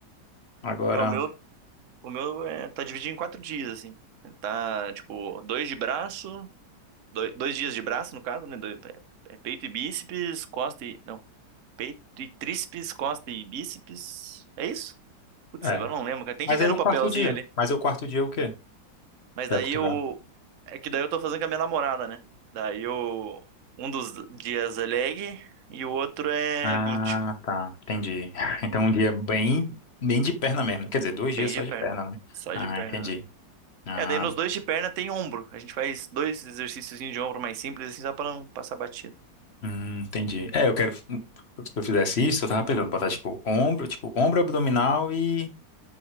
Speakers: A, on the left; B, on the right.
A: Agora,
B: É, o meu, o meu é, tá dividido em quatro dias, assim. Tá, tipo, dois de braço, Dois, dois dias de braço, no caso, né? Dois- é- é peito e bíceps, costa e. Não, peito e tríceps, costa e bíceps. É isso? Putz,
A: é.
B: agora eu não lembro, cara. Tem
A: Mas
B: que ver
A: aí é
B: no
A: o
B: papelzinho
A: quarto dia.
B: ali.
A: Mas é o quarto dia é o quê?
B: Mas
A: Que
B: daí
A: é cultural.
B: eu. É que daí eu tô fazendo com a minha namorada, né? Daí eu. Um dos dias é leg e o outro é
A: Ah,
B: glúteo.
A: tá, entendi. <laughs> Então um dia bem, bem de perna mesmo. Quer dizer, dois
B: Bem
A: dias só
B: de
A: de
B: perna.
A: perna, né?
B: Só
A: Ah,
B: de perna.
A: entendi.
B: né?
A: Ah,
B: É, daí nos dois de perna tem ombro. A gente faz dois exercícios de ombro mais simples, assim, só pra não passar batido.
A: Hum, entendi. É, eu quero. hum, Se eu fizesse isso, eu tava pensando, botar tipo ombro, tipo ombro, abdominal e.